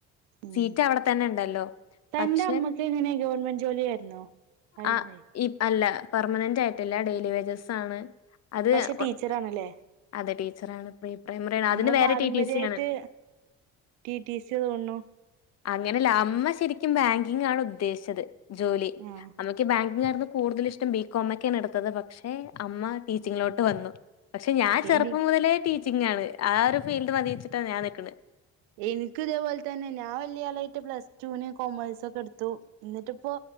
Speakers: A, on the right; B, on the left.
A: മ്
B: സീറ്റ് അവിടെ തന്നെ ഉണ്ടല്ലോ
A: തന്റെ
B: പക്ഷെ
A: അമ്മക്ക് എങ്ങനെ ഗവൺമെന്റ് ജോലിയാരുന്നോ അല്ലേ
B: ആ ഇ അല്ല പെർമനന്റായിട്ടല്ലാ ഡെയിലി വേജസ് ആണ് അത്
A: പക്ഷെ ടീച്ചർ
B: ഒ-
A: ആണല്ലേ
B: അതെ ടീച്ചറാണ് പ്രീ പ്രൈമറി ആണ്
A: നിങ്ങള്
B: അതിന് വേറെ
A: പാരമ്പര്യയായിട്ട്
B: ടി ടി സി ആണ്
A: ടിടി സി തോനുണു
B: അങ്ങനെയല്ല അമ്മ ശരിക്കും ബാങ്കിങ് ആണ് ഉദ്ദേശിച്ചത് ജോലി
A: ആഹ്
B: അമ്മയ്ക്ക് ബാ ആരുന്നു കൂടുതൽ ഇഷ്ടം ബീകോമൊക്കെ ആണ് എടുത്തത് പക്ഷെ അമ്മ ടീച്ചിങ്ങിലോട്ട് വന്നു പക്ഷെ ഞാൻ ചെറുപ്പം
A: എനി
B: മുതലേ ടീച്ചിങ് ആണ് ആ ഒരു ഫീൽഡ് മതിച്ചിട്ടാണ് ഞാൻ നിക്കണ്
A: എന്ക്ക് ഇതേപോലെ തന്നെ ഞാൻ വലിയ ആളായിട്ട് പ്ലസ് ടു വിനു കോമേഴ്സൊക്കെ എടുത്തു എന്നിട്ടിപ്പോ